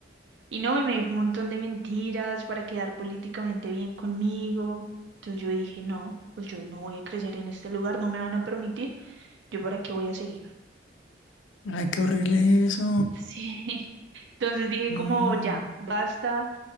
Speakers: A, on the right; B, on the left.
A: Y no, y me dijo un montón de mentiras para quedar políticamente bien conmigo. Entonces yo dije, no, pues yo no voy a crecer en este lugar, no me van a permitir. ¿Yo para qué voy a seguir?
B: Ay, qué horrible eso.
A: Sí. <laughs> Entonces dije
B: Mm,
A: como ya, basta,